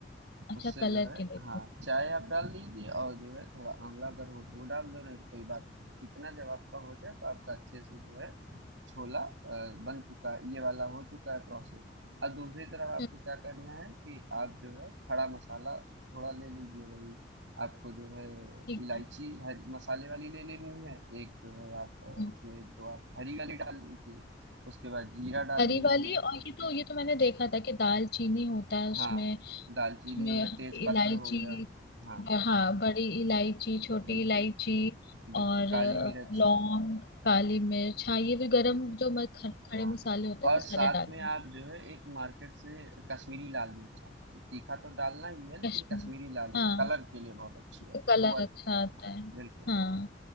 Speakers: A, on the left; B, on the right.
A: अच्छा
B: उससे
A: कलर
B: जो है
A: के लिए
B: हाँ चाय आप डाल दीजिए और जो है थोड़ा आंवला अगर हो तो वो डाल दो नहीं तो कोई बात नहीं इतना जब आपका हो जाए तो आपका अच्छे से जो है छोला अ, बन चुका है ये वाला हो चुका है प्रोसेस अब दूसरी तरफ आपको
A: हम्म,
B: क्या करना है कि आप जो है खड़ा मसाला थोड़ा ले लीजिए वही आपको जो है
A: ठीक
B: इलायची
A: है
B: हरी मसाले वाली ले लेनी है एक जो है आप अ,
A: हम्म,
B: उसमें एक दो आप हरी वाली डाल लीजिए उसके बाद जीरा डाल
A: हरी
B: लीजिए
A: वाली और ये तो ये तो मैंने देखा था कि दाल चीनी होता है उसमें
B: हाँ दालचीनी
A: उसमें
B: हो गया
A: हरी
B: तेज पत्र
A: इलायची
B: हो गया हाँ
A: ब- हाँ बड़ी इलायची छोटी
B: बिल्कुल,
A: इलायची
B: बिल्कुल,
A: और
B: काली
A: अ,
B: मिर्च,
A: लौंग काली मिर्च हाँ ये भी गरम
B: बिल्कुल,
A: जो म- ख- खड़े
B: हाँ।
A: मसाले होते
B: और
A: हैं वो सारे
B: साथ
A: डालने
B: में आप जो है एक मार्केट से कश्मीरी लाल मिर्च आती है, तीखा तो डालना ही है लेकिन
A: कश्मीरी
B: कश्मीरी लाल मिर्च
A: हाँ
B: कलर के लिए बहुत अच्छी होती
A: तो कलर
B: है, वो अ
A: अच्छा आता है
B: बिल्कुल।
A: हाँ